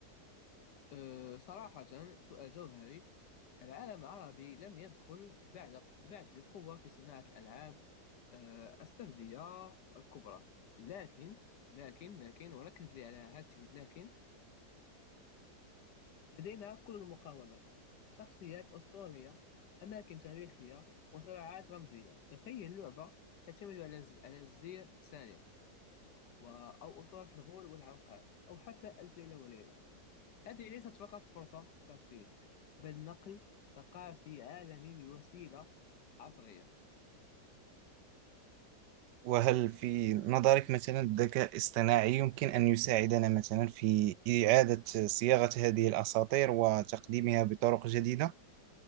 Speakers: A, on the left; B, on the right.
A: آه، صراحة سؤال جوهري العالم العربي لم يدخل بعد بعد بقوة في صناعة الألعاب آه، السردية الكبرى لكن لكن لكن وركز لي على هذه لكن لدينا كل المقاومات شخصيات أسطورية أماكن تاريخية وصراعات رمزية تخيل لعبة تعتمد على ز- على الزير سالم و... أو أسطورة الغول والعنقاء أو حتى ألف ليلة وليلة هذه ليست فقط فرصة ترفيه بل نقل ثقافي عالمي بوسيلة عصرية
B: وهل في نظرك مثلا الذكاء الاصطناعي يمكن أن يساعدنا مثلا في إعادة صياغة هذه الأساطير وتقديمها بطرق جديدة؟